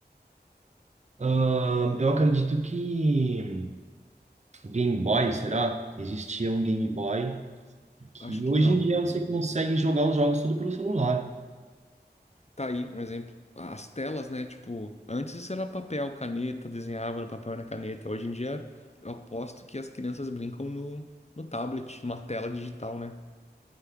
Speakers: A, on the right; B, on the left.
A: ah, eu acredito que Game Boy, será? Existia um Game Boy que
B: Acho que
A: hoje
B: não.
A: em dia você consegue jogar os jogos tudo pelo celular.
B: Tá aí um exemplo. As telas, né? Tipo, antes era papel, caneta, desenhava no papel e na caneta. Hoje em dia, eu aposto que as crianças brincam no, no tablet, numa tela digital, né?